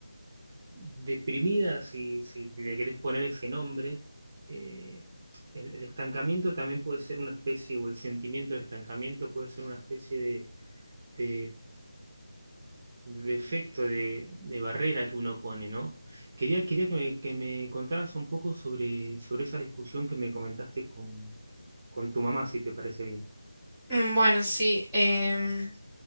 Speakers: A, on the right; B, in the centre.
A: deprimida, si, si le querés poner ese nombre. Eh, el, el estancamiento también puede ser una especie, o el sentimiento de estancamiento puede ser una especie de, de, de efecto, de, de barrera que uno pone, ¿no? Quería, quería que me, que me contaras un poco sobre, sobre esa discusión que me comentaste con, con tu mamá, si te parece bien.
B: Mm, Bueno, sí. em,